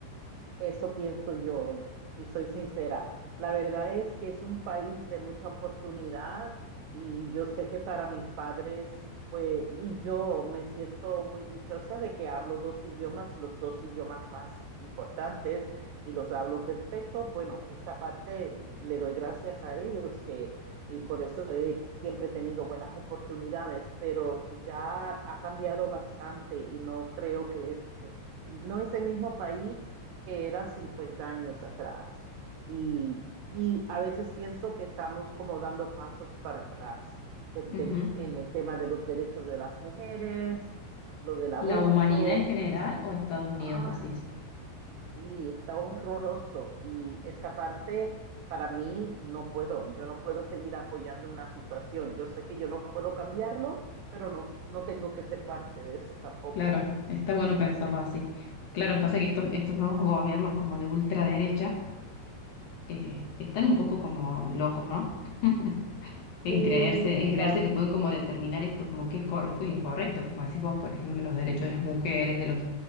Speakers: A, on the right (about 75°); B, on the left (about 55°).
A: Eso pienso yo, si soy sincera. La verdad es que es un país de mucha oportunidad y yo sé que para mis padres fue, y yo me siento muy dichosa de que hablo dos idiomas, los dos idiomas más importantes y los hablo perfecto. Bueno, esta parte le doy gracias a ellos que, y por eso he siempre tenido buenas oportunidades, pero ya ha cambiado bastante y no creo que es, no es el mismo país que era 50 años atrás. Y, y a veces pienso que estamos como dando pasos para atrás pues,
B: Ujú,
A: de,
B: ujú.
A: en el tema de los derechos de las mujeres, lo del aborto.
B: ¿La humanidad en general o Estados Unidos,
A: Ay,
B: decís?
A: sí, está horroroso. Y esta parte para mí no puedo, yo no puedo seguir apoyando una situación. Yo sé que yo no puedo cambiarlo, pero no, no tengo que ser parte de eso tampoco.
B: Claro, está bueno pensarlo así. Claro, pasa que estos, estos nuevos gobiernos como de ultraderecha eh, están
A: Sí,
B: un poco como locos, ¿no? <laughs> En
A: sí,
B: creerse,
A: y
B: en creerse
A: da,
B: que pueden como determinar esto, como qué es correcto e incorrecto, como decís vos, por ejemplo, los derechos de las mujeres, de los,